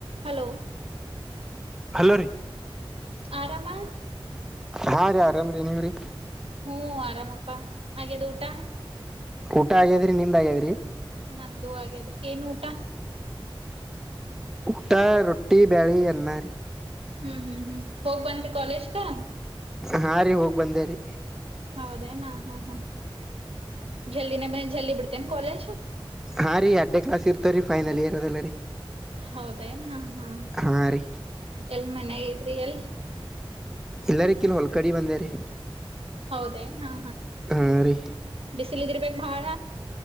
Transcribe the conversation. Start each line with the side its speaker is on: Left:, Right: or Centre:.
Right: Hello
Centre: hello ರೀ
Right: ಆರಾಮ
Centre: ಹಾಂ ರೀ ಆರಾಮ ರೀ ನೀವ್ ರೀ
Right: ಹೂಂ ಆರಾಮಪ್ಪಾ ಆಗೆದು ಊಟಾ
Centre: ಊಟ ಆಗ್ಯಾದ್ರಿ ನಿಮ್ ಆಗ್ಯಾದ್ರಿ.
Right: ನಂದು ಹಾಗಗದು ಏನ್ ಊಟ
Centre: ಊಟ ರೊಟ್ಟಿ ಬ್ಯಾಳಿ ಅನ್ನಾರಿ.
Right: ಹ್ಮ್ ಹ್ಮ್ ಹ್ಮ್ ಹೋಗ್ ಬಂದಿ ಕಾಲೇಜ್ಕಾ
Centre: ಹಾ ರೀ ಹೋಗಿ ಬಂದೇರಿ
Right: ಹೌದೇನಾ ಹಾ ಹಾ ಜಲ್ದಿನ ಜಲ್ದಿ ಬಿಡ್ತೇನೆ ಕಾಲೇಜ್
Centre: ಹಾಂ ರ ಅಡ್ಡ ಕ್ಲಸ್ ಇರ್ತವೆ ರೀ ಫೈನಲ್ ಇಯರ್ ಅಲ್ಲ ರೀ
Right: ಹೌದಾಯನ ಹಾ
Centre: ಹಾ ರೀ
Right: ಎಲ್ ಮನಾಗಿದ್ರಿ ಎಲ್
Centre: ಎಲ್ಲರಿ ಕಿಲ್ ಹೊಲ್ ಕಡಿ ಬಂದೇರಿೀ
Right: ಹೌದೇನ್ ಹಾ
Centre: ಹಾ ರೀ
Right: ಬಿಸಿಲಿದ್ದಿರ್ಬೇಕು ಬಹಳ